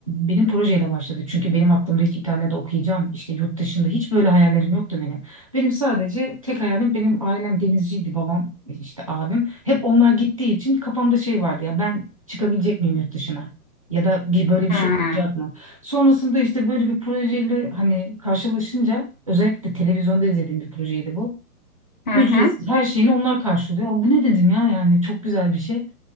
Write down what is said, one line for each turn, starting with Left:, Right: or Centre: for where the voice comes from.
Right: benim projeyle başladı. Çünkü benim aklımda hiç İtalya'da okuyacağım, işte yurt dışında hiç böyle hayallerim yoktu benim. Benim sadece tek hayalim benim ailem denizciydi, babam işte abim. Hep onlar gittiği için kafamda şey vardı ya ben çıkabilecek miyim yurt dışına? Ya da bir böyle bir
Left: Hmm.
Right: şey olacak mı? Sonrasında işte böyle bir projeyle hani karşılaşınca özellikle televizyonda izlediğim bir projeydi bu.
Left: Hı
Right: Ücretsiz
Left: hı.
Right: her şeyini onlar karşılıyor. Bu ne dedim ya yani çok güzel bir şey.